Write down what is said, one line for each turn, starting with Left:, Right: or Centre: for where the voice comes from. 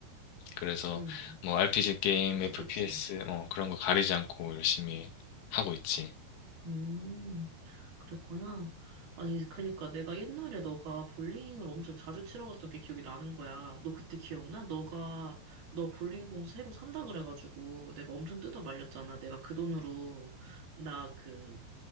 Left: 그래서
Right: 응.
Left: 뭐 RPG 게임,
Right: 그치,
Left: FPS,
Right: 그치.
Left: 뭐 그런 거 가리지 않고 열심히 하고 있지.
Right: 음, 그랬구나. 아니, 그니까 내가 옛날에 너가 볼링을 엄청 자주 치러 갔던 게 기억이 나는 거야. 너 그때 기억나? 너가, 너 볼링공 새로 산다 그래가지고 내가 엄청 뜯어 말렸잖아. 내가 그 돈으로 나 그,